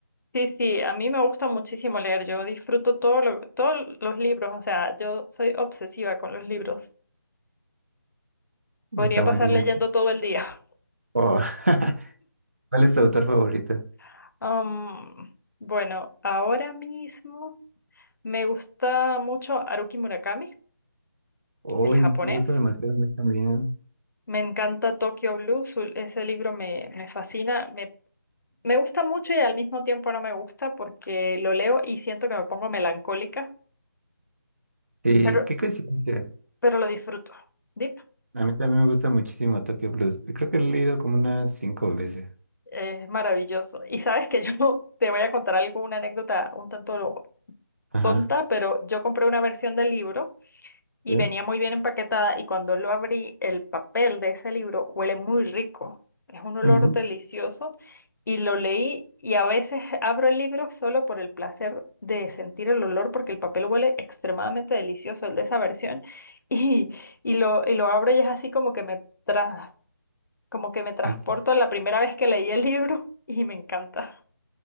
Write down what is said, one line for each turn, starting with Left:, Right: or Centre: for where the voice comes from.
Left: Sí, sí, a mí me gusta muchísimo leer, yo disfruto todo lo- todos los libros, o sea, yo soy obsesiva con los libros. Podría
Right: Está
Left: pasar
Right: muy bien
Left: leyendo
Right: eso.
Left: todo el día.
Right: Oh, <laughs> ¿Cuál es tu autor favorito?
Left: <laughs> Am, bueno, ahora mismo me gusta mucho Haruki Murakami,
Right: Uy,
Left: el japonés.
Right: me gusta demasiado a mí también.
Left: Me encanta Tokyo Blues, ese libro me, me fascina, me, me gusta mucho y al mismo tiempo no me gusta porque lo leo y siento que me pongo melancólica.
Right: Sí,
Left: Pero,
Right: qué coincidencia.
Left: pero lo disfruto. Dip,
Right: A mí también me gusta muchísimo Tokyo Blues. Creo que lo he leído como unas cinco veces.
Left: es maravilloso. Y sabes que yo <laughs> te voy a contar algo, una anécdota un tanto
Right: Ajá.
Left: tonta, pero yo compré una versión del libro y
Right: ¿Sí?
Left: venía muy bien empaquetada y cuando lo abrí, el papel de ese libro huele muy rico. Es un olor
Right: Ujú.
Left: delicioso y lo leí y a veces <laughs> abro el libro solo por el placer de sentir el olor porque el papel huele extremadamente delicioso, el de esa versión. <laughs> Y, y lo, y lo abro y es así como que me tra- Como que me transporto
Right: Es
Left: a la primera vez que leí el libro <laughs> y me encanta.